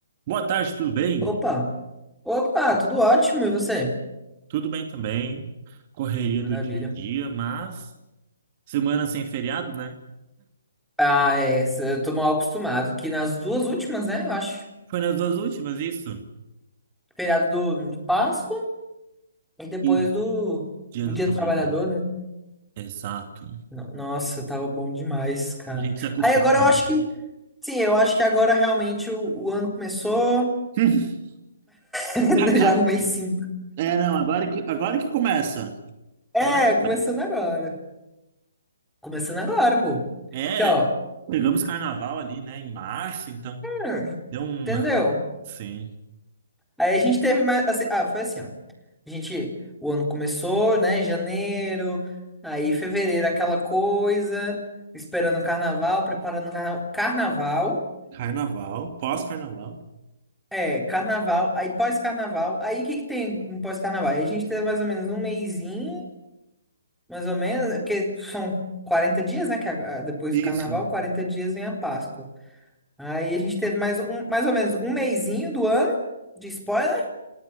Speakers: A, on the right (about 40°); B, in the centre.
A: Boa tarde, tudo bem?
B: Opa! Opa, tudo ótimo, e você?
A: Tudo bem também. Correria
B: Maravilha.
A: do dia a dia, mas semana sem feriado, né?
B: Ah, é, eu tô mal acostumado, que nas duas últimas, né, eu acho.
A: Foi nas duas últimas, isso?
B: Feriado do, de Páscoa e depois
A: E
B: do,
A: dia
B: do
A: do
B: Dia
A: Trabalho.
B: do Trabalhador, né?
A: Exato.
B: No- Nossa, tava bom demais, cara.
A: A gente se acostuma,
B: Aí agora eu acho
A: né?
B: que, sim, eu acho que agora realmente o, o ano começou,
A: <laughs>
B: <laughs>
A: Acaba.
B: já no mês 5.
A: É, não, agora que, agora que começa.
B: É,
A: Agora que começa.
B: começando agora. Começando agora, pô.
A: É,
B: Porque, ó,
A: pegamos carnaval ali, né, em março, então
B: hum,
A: deu uma.
B: entendeu?
A: Sim,
B: Aí a gente teve mais. assim, ah, foi assim, ó. A gente. O ano começou, né? Janeiro, aí fevereiro, aquela coisa, esperando o carnaval, preparando o carnaval. Carnaval,
A: carnaval, pós-carnaval.
B: é, carnaval, aí pós-carnaval. Aí o que que tem no pós-carnaval? Aí a gente teve mais ou menos um mesinho, mais ou menos, é porque são 40 dias, né? Que a- a- depois
A: Isso.
B: do carnaval, 40 dias vem a Páscoa. Aí a gente teve mais, um, mais ou menos um mesinho do ano, de spoiler.